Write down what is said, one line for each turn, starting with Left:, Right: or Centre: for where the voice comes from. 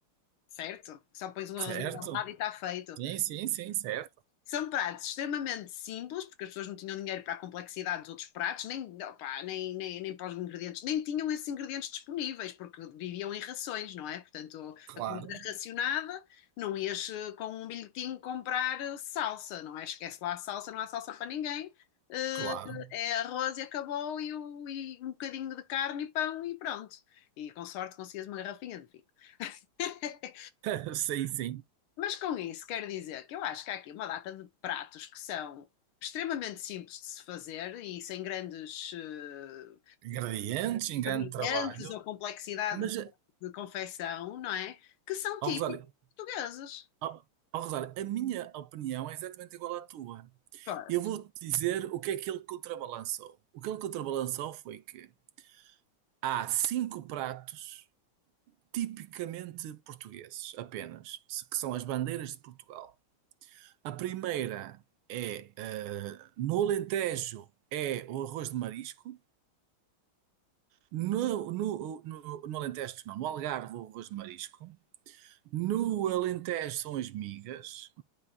Left: certo? Só pões um arrozinho
Right: Certo.
Left: ao lado e está feito.
Right: Sim, sim, sim, certo.
Left: São pratos extremamente simples, porque as pessoas não tinham dinheiro para a complexidade dos outros pratos, nem, opá, nem, nem, nem para os ingredientes, nem tinham esses ingredientes disponíveis, porque viviam em rações, não é? Portanto,
Right: Claro,
Left: a comida era racionada, não ias eh, com um bilhetinho comprar eh, salsa, não é? Esquece lá a salsa, não há salsa para ninguém, eh,
Right: claro.
Left: é arroz e acabou, e, o- e um bocadinho de carne e pão e pronto. E com sorte conseguias uma garrafinha de vinho. <laughs>
Right: <laughs> Sim, sim.
Left: Mas com isso quero dizer que eu acho que há aqui uma data de pratos que são extremamente simples de se fazer e sem grandes eh,
Right: ingredientes, em grande
Left: ingredientes
Right: trabalho,
Left: ou complexidade
Right: mas,
Left: de, de confecção, não é? Que são
Right: ó
Left: típicos
Right: Rosário,
Left: portugueses.
Right: ó, ó, Rosário, a minha opinião é exatamente igual à tua.
Left: Pá,
Right: Eu vou-te dizer o que é que ele contrabalançou. O que ele contrabalançou foi que há cinco pratos tipicamente portugueses, apenas, se- que são as bandeiras de Portugal. A primeira é, eh, no Alentejo, é o arroz de marisco. No, no, no, no Alentejo, não, no Algarve, é o arroz de marisco. No Alentejo são as migas,